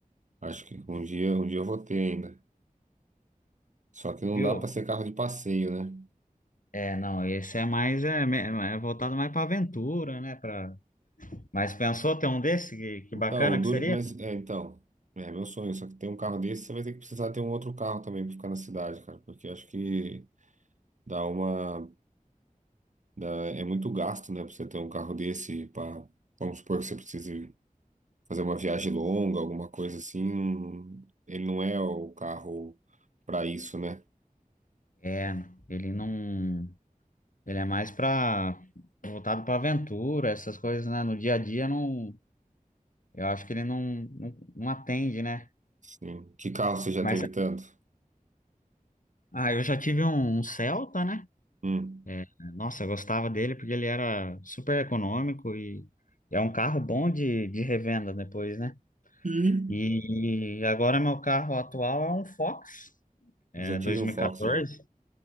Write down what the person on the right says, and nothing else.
Acho que um dia, um dia eu vou ter ainda. Só que não
dá para ser carro de passeio, né?
Então,
o dura...
mas é, então, é meu sonho, só que ter um carro desse, você vai ter que precisar ter um outro carro também para ficar na cidade, cara, porque eu acho que dá uma dá- é muito gasto, né, para você ter um carro desse para vamos supor que você precise fazer uma viagem longa, alguma coisa assim, não- ele não é o carro para isso, né?
Sim. Que carro você já
teve tanto?
Hum.
Ih.
Já tive
um Fox já.